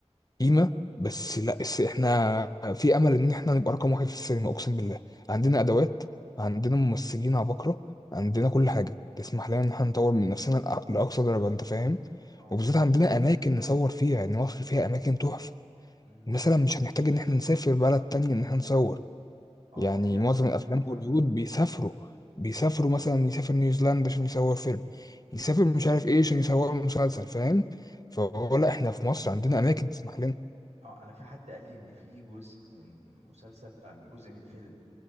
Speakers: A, on the left; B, on the right.
A: قيمة بس لا بس إحنا في أمل إن إحنا نبقى رقم واحد في السينما أقسم بالله عندنا أدوات عندنا ممثلين عباقرة عندنا كل حاجة تسمح لنا إن إحنا نطور من نفسنا لأ- لأقصى درجة أنت فاهم
B: اه
A: وبالذات عندنا أماكن نصور فيها يعني مصر فيها أماكن تحفة
B: مم.
A: مثلا مش هنحتاج إن إحنا نسافر بلد تانية إن إحنا نصور
B: اه
A: يعني
B: في اماكن
A: معظم الافلام
B: حلوه فعلا
A: هوليوود بيسافروا بيسافروا مثلا يسافر نيوزيلندا عشان يصور فيلم يسافر
B: مم.
A: مش عارف ايه عشان يصور مسلسل فاهم فهو
B: انا
A: لا احنا في مصر عندنا اماكن تسمح لنا
B: اه انا في حد قال لي ان في جزء من مسلسل آه من جزء من فيلم